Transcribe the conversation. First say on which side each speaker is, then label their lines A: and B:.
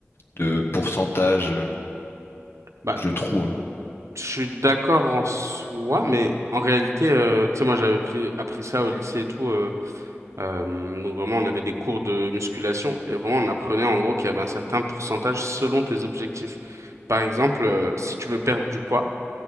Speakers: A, on the left (about 50°); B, on the right (about 75°).
A: de pourcentage,
B: bah,
A: je trouve.
B: je suis d'accord en soi, mais en réalité, euh, tu sais, moi, j'avais pris, appris ça au lycée et tout. euh, euh, donc vraiment, on avait des cours de musculation et vraiment, on apprenait en gros qu'il y avait un certain pourcentage selon tes objectifs. Par exemple, euh, si tu veux perdre du poids,